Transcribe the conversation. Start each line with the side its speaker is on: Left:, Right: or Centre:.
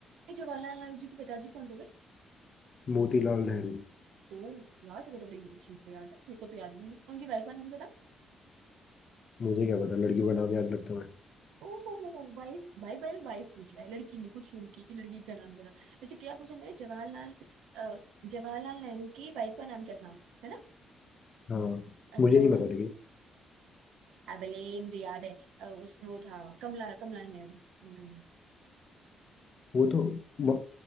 Right: जवाहरलाल नेहरू जी के पिताजी कौन थे भाई
Left: मोतीलाल नेहरू
Right: ओ यार तेरे को तो बड़ी अच्छी से याद है मेरे को तो याद भी नहीं उनकी वाइफ का नाम क्या था
Left: मुझे क्या पता लड़कियों का नाम याद रखता मैं
Right: ओ वाइफ भाई भाई ने वाइफ पूछा है लड़की नहीं पूछी उनकी कि लड़की का नाम क्या था वैसे क्या पूछा मैंने जवाहरलाल अ, जवाहरलाल नेहरू की वाइफ का नाम क्या था है ना
Left: हाँ
Right: अ,
Left: मुझे
Right: जो
Left: नहीं पता लेकिन
Right: अबले मुझे याद है अ, उस वो था कमला कमला नेहरू कमला नेहरू।
Left: वो तो म-